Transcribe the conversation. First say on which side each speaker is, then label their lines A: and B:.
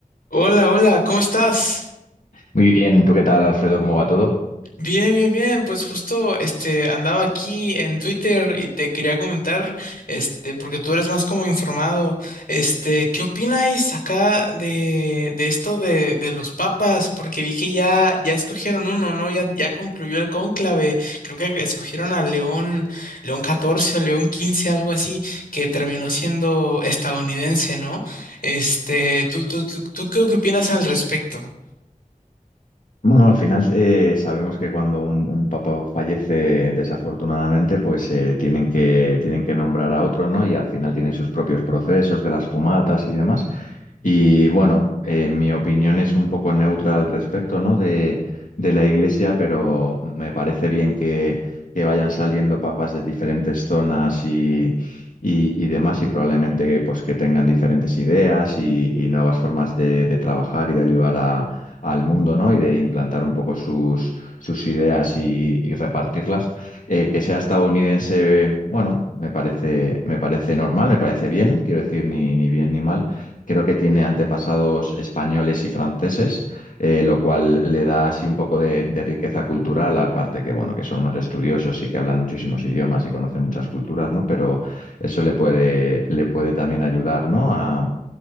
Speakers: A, on the left; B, on the left.
A: Hola, hola, ¿cómo estás?
B: Muy bien, ¿tú qué tal, Alfredo? ¿Cómo va todo?
A: Bien, bien, bien. Pues justo este andaba aquí en Twitter y te quería comentar, este, porque tú eres más como informado. Este, ¿qué opináis acá de, de esto de, de los papas? Porque vi que ya, ya escogieron uno, ¿no? Ya, ya concluyó el cónclave. Creo que escogieron a León, León catorce o León quince, algo así, que terminó siendo estadounidense, ¿no? Este, ¿tú, tú, tú, tú qué opinas al respecto?
B: Bueno, al final eh, sabemos que cuando un, un papa fallece desafortunadamente, pues eh, tienen que, tienen que nombrar a otro, ¿no? Y al final tiene sus propios procesos de las fumatas y demás. Y bueno, eh, mi opinión es un poco neutra al respecto, ¿no? De, de la Iglesia, pero me parece bien que, que vayan saliendo papas de diferentes zonas y, y, y demás, y probablemente pues, que tengan diferentes ideas y, y nuevas formas de, de trabajar y de ayudar al mundo, ¿no? Y de implantar un poco sus, sus ideas y, y repartirlas. Eh, que sea estadounidense, bueno, me parece, me parece normal, me parece bien, quiero decir, ni, ni bien ni mal. Creo que tiene antepasados españoles y franceses, eh, lo cual le da así un poco de, de riqueza cultural, aparte que, bueno, que son unos estudiosos y que hablan muchísimos idiomas y conocen muchas culturas, ¿no? Pero eso le puede, le puede también ayudar, ¿no? A,